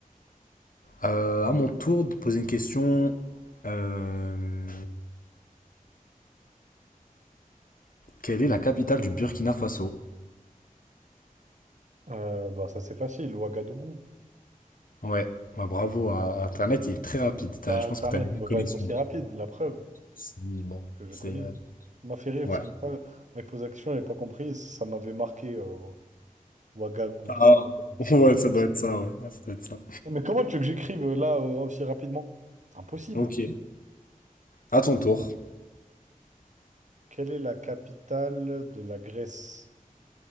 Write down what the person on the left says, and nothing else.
Euh, à mon tour de poser une question. euh, Quelle est la capitale du Burkina Faso?
Ouais, bah, bravo à à Internet, il est très rapide. T'as-
Je pense
que tu as une bonne
connexion.
Si, bon.
C'est
euh,
ouais.
Ah, <laughs>
ouais,
ça doit être ça, ouais. Ah, ça doit être ça.
Ok. À ton tour.